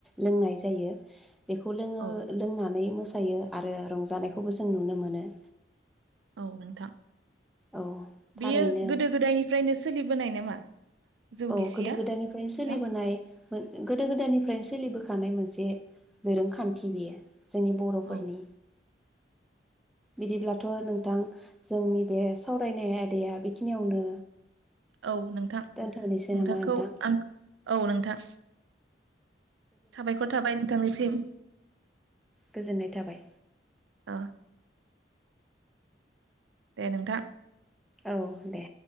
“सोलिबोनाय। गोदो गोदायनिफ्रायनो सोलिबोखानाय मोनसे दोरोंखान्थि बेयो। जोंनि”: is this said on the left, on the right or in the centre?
Centre